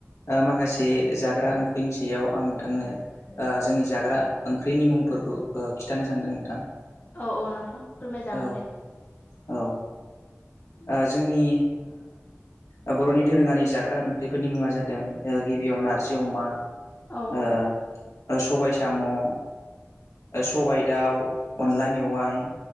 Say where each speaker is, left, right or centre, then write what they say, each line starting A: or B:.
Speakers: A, on the left; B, on the left.
A: ओ माखासे जाग्रा ओंख्रिनि सायाव आं नोंथांनो ओ जोंनि जाग्रा ओंख्रिनि मुंफोरखौ ओ खिथानो सानदों नोंथां।
B: औ औ नोंथां फोरमायजागोन
A: औ औ
B: दे
A: ओ जोंनि ओ बर'नि दोरोङारि जाग्रा ओंख्रिफोरनि मुंङा जादों गिबियाव नारजि अमा
B: औ
A: ओ
B: औ।
A: ओ सबाय साम' ओ सबाय दाउ अनला मेवाइ